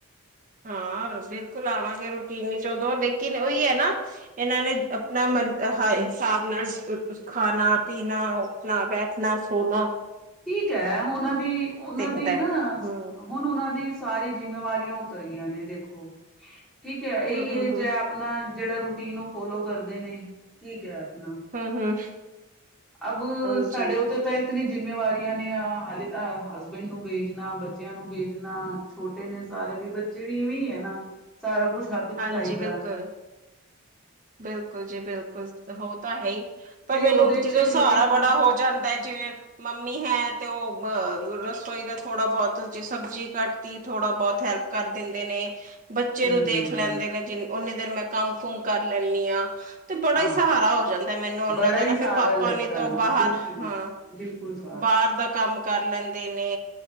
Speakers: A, on the right; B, in the centre.
A: ਹਾਂ, ਬਿਲਕੁਲ ਆਵਾਂਗੇ ਰੂਟੀਨ ਚ ਓਦੋ, ਲੇਕਿਨ ਉਹੀ ਹੈ ਨਾ ਇਹਨਾਂ ਨੇ ਆਪਣਾ ਮਰ ਹਿਸਾਬ ਨਾਲ ਖਾਣਾ-ਪੀਣਾ ਓ ਠਨਾ-ਬੈਠਨਾ, ਸੋਨਾ।
B: ਠੀਕ ਹੈ, ਉਹਨਾਂ ਦੀ, ਉਹਨਾਂ ਦੀ
A: ਹੁੰਦਾ
B: ਨਾ
A: ਹਮ
B: ਹੁਣ ਉਹਨਾਂ ਦੀ ਸਾਰੀ ਜਿੰਮੇਵਾਰੀਆਂ ਉਤਰ ਗਈਆਂ ਨੇ, ਦੇਖੋ। ਠੀਕ ਹੈ, ਇਹੀ
A: ਹਮ
B: ਏਜ
A: ਹਮ ਹਮ
B: ਏ ਆਪ ਪਣਾ ਜਿਹੜਾ ਰੂਟੀਨ ਉਹ ਫੋਲੋ ਕਰਦੇ ਨੇ, ਠੀਕ ਹੈ ਆਪਣਾ
A: ਹਮ ਹਮ
B: ਅਬ,
A: ਹਾਂਜੀ
B: ਸਾਡੇ ਉਤੇ ਤਾਂ ਇਤਨੀ ਜਿੰਮੇਵਾਰੀ ਟਿਯਾਂ ਨੇ ਹਾਲੇ ਤਾਂ, ਹਸਬੈਂਡ ਨੂੰ ਵੇਜਣਾ, ਬੱਚਿਆਂ ਨੂੰ ਵੇਜਣਾ, ਛੋਟੇ ਨੇ ਸਾਰੇ ਵੀ, ਬਚ <unintelligible> ਵੀਵੇਂ ਹੈ ਨਾ, ਸਾਰਾ ਕੁੱਛ ਹੱਥ ਚ
A: ਹਾਂਜੀ,
B: ਚਾਹੀਦਾ
A: ਬਿਲਕੁਲ। ਬਿਲਕੁਲ ਜੀ ਬਿਲਕੁਲ। ਉਹ ਤਾਂ ਹੈ ਹੀ। ਪਰ
B: ਤੇ
A: ਮੈਨੂੰ
B: ਉਹਦੇ
A: ਜਿਵੇਂ
B: ਚ
A: ਸਹਾਰਾ
B: ਇਤਨਾ
A: ਬੜਾ ਹੋ ਜਾਂਦਾ ਏ ਜਿਵੇਂ ਮੰਮੀ ਹੈ ਤੇ ਉਹ ਅ ਰਸੋਈ ਦਾ ਥੋੜਾ-ਬਹੁਤ ਜੇ ਸਬਜ਼ੀ ਕੱਟ ਤੀ ਥੋੜਾ-ਬਹੁਤ ਹੈਲਪ ਕਰ ਦਿੰਦੇ ਨੇ। ਬੱਚੇ
B: ਹਮ
A: ਨੂੰ ਦੇਖ ਲੈਂਦੇ ਨੇ ਜਿੰ, ਉਓਨੀ ਦੇਰ ਮੈਂ ਕੰਮ-ਕੁਮ ਕਰ ਲੈਂਦੀ ਹਾਂ। ਤੇ ਬੜਾ
B: ਹਾਂ
A: ਹੀ ਸਹਾਰਾ ਹੋ ਜਾਂਦਾ ਮੈਨੂੰ ਉਹਨਾਂ
B: ਬੜਾ
A: ਦਾ
B: ਹੀ
A: ਨਾ।
B: ਸਾਰਾ
A: ਫੇਿਰ ਪਾਪਾ
B: ਲੱਗਦਾ
A: ਨੇ ਤਾਂ ਓ ਬਾਹਰ,
B: ਬਿਲਕੁਲ
A: ਹਾਂ।
B: ਬਿਲਕੁਲ ਸ
A: ਬਾਹਰ ਦਾ ਕੰਮ ਕਰ ਲੈਂਦੇ ਨੇ।